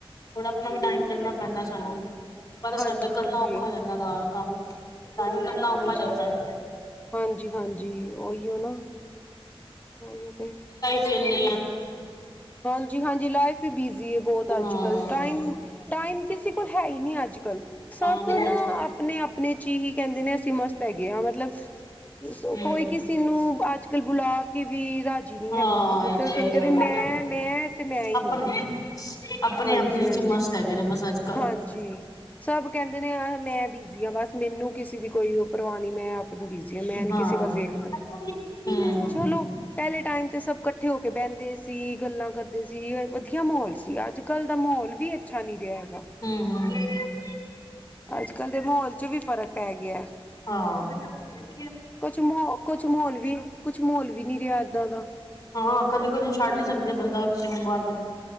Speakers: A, on the left (about 35°); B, on the left (about 15°).
A: ਥੋੜਾ ਆਪਣਾ ਵੀ ਟਾਈਮ ਕੱਢਣਾ ਪੈਂਦਾ ਸਾਨੂੰ ਪਰ
B: ਹਾਂਜੀ
A: ਸਾਡੇ ਕਰਨਾ
B: ਹਾਂਜੀ
A: ਔਖਾ ਜਾਂਦਾ ਘਾਰ ਕੰਮ, ਟਾਈਮ ਕੱਢਣਾ ਔਖਾ
B: ਹਾਂਜੀ
A: ਹੋ ਜਾਂਦਾ ਐ
B: ਹਾਂਜੀ ਹਾਂਜੀ ਉਹੀਓ ਨਾ ਉਹੀਓ ਤੇ
A: ਦੇਨੀ ਆਂ
B: ਹਾਂਜੀ ਹਾਂਜੀ ਲਾਈਫ ਬਿਜ਼ੀ ਬਹੁਤ
A: ਹਾਂ-ਹਾਂ
B: ਅੱਜ ਕੱਲ ਟਾਈਮ ਟਾਈਮ ਕਿਸੇ ਕੋਲ ਹੈ ਹੀ ਨਹੀਂ ਅੱਜ ਕੱਲ ਸਭ
A: ਬਹੁਤ
B: ਨਾ ਆਪਣੇ ਆਪਣੇ ਚ ਹੀ ਕਹਿੰਦੇ ਨੇ ਅਸੀਂ ਮਸਤ ਹੈਗੇ ਹਾਂ ਮਤਲਬ
A: ਹੂੰ
B: ਕੋਈ ਕਿਸੀ ਨੂੰ ਅੱਜ ਕੱਲ ਬੁਲਾ ਕੇ ਵੀ ਰਾਜ਼ਜੀ ਨਹੀਂ
A: ਹਾਂ
B: ਹੈਗਾ ਮਤਲਬ
A: ਸਹੀ
B: ਸਾਨੂੰ ਕਹਿੰ
A: ਗੱਲ
B: ਤੇ ਮੈਂ
A: ਹੈ।
B: ਮੈਂ ਤੇ ਮੈਂ ਹੀ
A: ਆਪਣੇ
B: ਹਾਂ
A: ਆਪਣੇ
B: ਹਾਂਜੀ-ਹਾਂਜੀ,
A: ਆਪਣੇ ਚ ਹੀ ਮਸਤ ਹੈਗੇ ਨੇ ਮਸਾਜੇ
B: ਹਾਂਜੀ ਸਭ ਕਹਿੰਦੇ ਨੇ ਮੈਂ ਬਿਜ਼ੀ ਹਾਂ ਬਸ ਮੈਨੂੰ ਕਿਸੇ ਦੀ ਕੋਈ ਪਰਵਾਹ ਨੀ ਮੈਂ ਆਪਣੀ ਬੀਜੀ ਆ ਮੈਂ ਨੀ
A: ਹਮ
B: ਕਿਸੇ ਵੱਲ ਵੇਖਣਾ
A: ਹਮ
B: ਚਲੋ ਪੈਲੇ ਟਾਈਮ ਤੇ ਸਬ ਕੱਠੇ ਹੋ ਕੇ ਬੈਂਦੇ ਸੀ, ਗੱਲਾਂ ਕਰਦੇ ਸੀ ਵਧੀਆ ਮਹੌਲ ਸੀ ਅੱਜ ਕੱਲ ਦਾ ਮਹੌਲ ਵੀ ਅੱਛਾ ਨੀ ਰਿਆ ਹੈ
A: ਹੂੰ, ਹੂੰ।
B: ਅੱਜ ਕੱਲ ਦੇ ਮਹੌਲ ਚ ਵੀ ਫ਼ਰਕ ਪੈ ਗਿਆ।
A: ਹਾਂ।
B: ਕੁਛ ਮਾਹੌਲ, ਕੁਛ ਮਾਹੌਲ ਵੀ, ਕੁਛ ਮਾਹੌਲ ਵੀ ਨੀ ਰਿਆ ਐਦਾਂ ਦਾ।
A: ਹਾਂ ਕੱਲੇ ਕਿਸੀ ਨੂੰ ਛੱਡ ਨੀ ਸਕਦੇ ਬੰਦਾ, ਕਿਸੇ ਨੂੰ ਬਾਰ ਬ